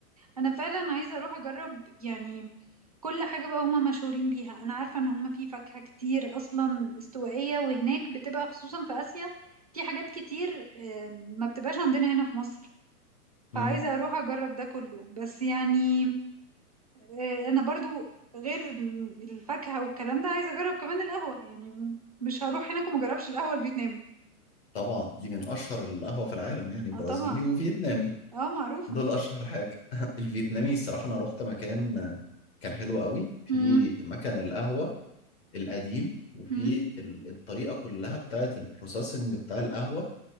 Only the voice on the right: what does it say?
انا فعلا عايزة اروح اجرب يعني كل حاجة بقى هما مشهورين بيها أنا عارفة إن هما في فاكهة كتير أصلا استوائية وهناك بتبقى خصوصا في آسيا في حاجات كتير آم، ما بتبقاش عندنا هنا في مصر فعايزة
أروح أجرب ده كله بس يعني آه، أنا برضو غير ال- الفاكهة والكلام ده عايزة أجرب كمان القهوة يعني م- مش هروح هناك وما أجربش القهوة الفيتنامي
اه طبعا
اه معروفة
مم.
مم.